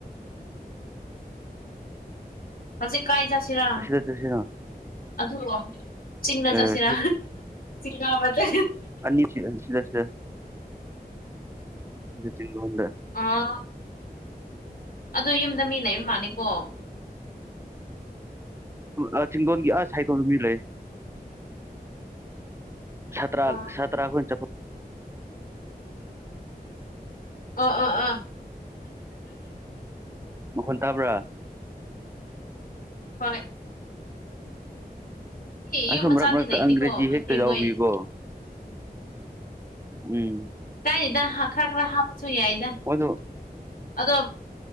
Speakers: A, on the left; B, on the right.
A: ꯍꯧꯦ ꯀꯥꯏ ꯆ ꯠꯔ
B: ꯑꯁꯤꯗ ꯆꯠꯁꯤꯔ
A: ꯑꯗꯨ ꯆꯤꯡꯅ
B: ꯑꯦ
A: ꯆꯠꯁꯤꯔ ꯀꯕꯗ
B: ꯑꯅꯤꯁꯤꯗ ꯁꯤꯗꯗꯗ ꯗ
A: ꯑꯥ ꯑꯗꯣ ꯌꯨꯝꯗ ꯃꯤ ꯂꯩꯕ ꯃꯥꯅꯤꯀꯣ
B: ꯑ ꯆꯤꯡꯗꯣꯟꯒꯤ ꯑ ꯁꯥꯏꯗꯣꯟꯗꯨ ꯃꯤ ꯂꯩ ꯁꯥꯇ꯭ꯔꯥ
A: ꯑ
B: ꯁꯥꯇ꯭ꯔꯥꯈꯣꯏ ꯆꯄ
A: ꯑꯣ ꯑ ꯑꯥ
B: ꯃꯈꯣꯟ ꯇꯥꯕ꯭ꯔꯥ
A: ꯍꯣꯔꯦ
B: ꯑꯁ
A: ꯌꯨꯝ ꯃꯆꯥꯗꯤ
B: ꯃꯔꯛ ꯃꯔꯛꯇ
A: ꯂꯩꯇꯦꯀꯣ
B: ꯑꯪꯒ꯭ꯔꯦꯖꯤ ꯍꯦꯛꯇ
A: ꯑꯁꯤ
B: ꯌꯥꯎꯕꯤꯌꯨꯀꯣ
A: ꯃꯣꯏ
B: ꯎꯝ
A: ꯀꯥꯏꯔꯤꯗ ꯈꯔ ꯈꯔ ꯍꯥꯞꯄꯁꯨ ꯌꯥꯏꯗ
B: ꯃꯣꯏꯗꯣ
A: ꯑꯗꯣ